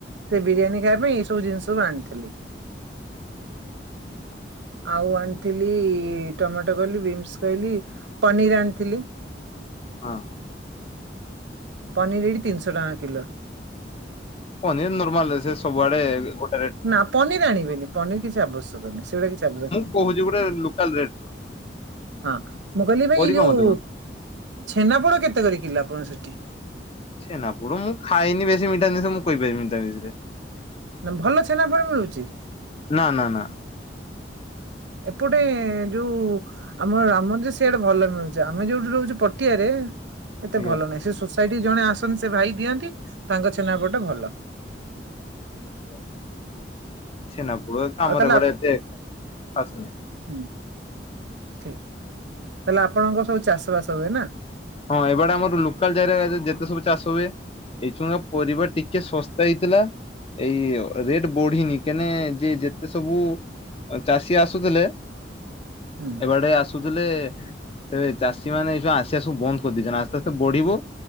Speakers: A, on the right; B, on the left.
A: ସେ ବିରିୟାନୀ ଖାଇବା ପାଇଁ ଏଇ ସବୁ ଜିନିଷ ମୁଁ ଆଣିଥିଲି। ଆଉ ଆଣିଥିଲି ଟମାଟୋ କଲି ବିନ୍ସ ଖାଇଲି ପନିର ଆଣିଥିଲି।
B: ହଁ।
A: ପନିର ଏଇଠି ତିନିଶହ ଟଙ୍କା କିଲୋ।
B: ପନିର ନର୍ମାଲରେ ସେ ସବୁଆଡେ ଗୋଟେ ରେଟ୍।
A: ନା ପନିର ଆଣିବେନି ପନିର କିଛି ଆବଶ୍ୟକ ନାହିଁ ସେଗୁଡା କିଛି ଆବଶ୍ୟକ
B: <unintelligible> ହଉଚି ଗୋଟେ ଲୋକାଲ ରେଟ ର।
A: ହଁ ମୁଁ କହିଲି ଭାଇ
B: ପରିବା
A: ଏଇ ଯୋଉ
B: ମତେ କହ।
A: ଛେନାପୋଡ କେତେ କରି କିଲ ଆପଣଙ୍କ ସେଠି?
B: ଛେନାପୋଡ଼ ମୁଁ ଖାଏନି ବେଶୀ ମିଠା ଜିନିଷ ମୁଁ କହିପାରିମିନି ତା ବିଷୟରେ।
A: ନା ଭଲ ଛେନାପୋଡ଼ ମିଳୁଛି?
B: ନା ନା ନା।
A: ଏପଟେ ଯୋଉ ଆମର ରାମ ମନ୍ଦିର ସିଆଡେ ଭଲ ମିଳୁଛି ଆମେ ଯୋଉଠି ରହୁଛୁ ପଟିଆରେ ଏତେ
B: ଆଜ୍ଞା।
A: ଭଲ ନାହିଁ ସେ ସୋସାଇଟି କି ଜଣେ ଆସନ୍ତି ସେ ଭାଇ ଦିଅନ୍ତି ତାଙ୍କ ଛେନାପୋଡ଼ ଟା ଭଲ।
B: ଆଛା ଛେନା ପୋଡ ତ
A: ଆଉ
B: ଆମର
A: ତାହେଲେ
B: ଏପଟେ
A: ଆପ-
B: ଏତେ ଖାସ୍ ନାହିଁ।
A: ହୁଁ, ଠିକ ତାହେଲେ ଆପଣଙ୍କର ସବୁ ଚାଷ ବାସ ହୁଏ ନା?
B: ହଁ ଏପଟେ ଆମର ଲୁକାଲ ଜାଗାରେ ଯେତେ ସବୁ ଚାଷ ହୁଏ ଏଇ ଚୁଙ୍କା ପରିବା ଟିକେ ଶସ୍ତା ହେଇଥିଲା ଏଇ ଅ ରେଟ ବଢିନି କେନେ ଯେ ଯେତେ ସବୁ ଅ ଚାଷୀ ଆସୁଥିଲେ
A: ହୁଁ
B: ଏ ବାଡେ ଆସୁଥିଲେ ଏବେ ଚାଷୀମାନେ ଏଇ ସବୁ ଆସିବା ସ ବୁ ବନ୍ଦ କରିଦେଇଛନ୍ତି ଆସ୍ତେ ଆସ୍ତେ ବଢିବ